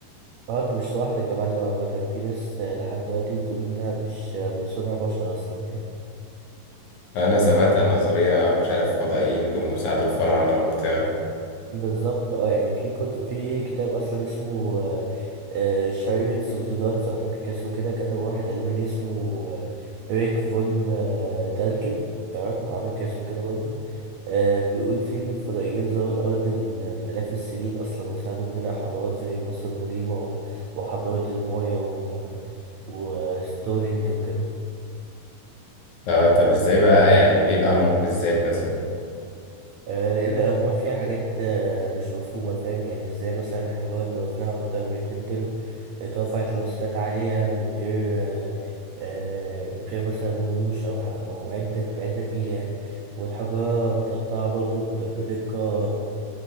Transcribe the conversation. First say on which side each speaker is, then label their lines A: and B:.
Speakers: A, on the right (about 85°); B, on the left (about 65°).
A: أه أنت مش لوحدك يا معلم عامة في ناس آه، لحد دلوقتي بتقول إنها مش آه، من صنع بشر أصلا يعني
B: فانا سمعت عن نظريه مش عارف فضائيين جم وساعدوا الفراعنه وبتاع
A: بالظبط أه يعني في كت... في كتاب أصلا اسمه آه، آه، شريرة اوف ذا جادز أعتقد اسمه كده كتب واحد ألماني اسمه آه، ريك فون آه، دانكن تمام أعتقد اسمه كده برضه آه بيقول فيه إن الفضائيين زاروا الأرض من من آلاف السنين أصلا وساعدوا في بناء حضارات زي مصر القديمة و- وحضارة المايا و... وستونينج وكده
B: اه طب ازاي بقى يعني ليه الاهرامات بالذات مثلا
A: آه لأن الأهرامات فيها حاجات آه مش مفهومة فاهم يعني إزاي مثلا الحجارة اللي وزنها أكتر من اتنين طن اترفعت لمسافات عالية من غير آه آه من غير مثلا ونوش أو ح- أو عدة عدة تقيلة يعني والحجارة متقطعة برضه ب- بدقة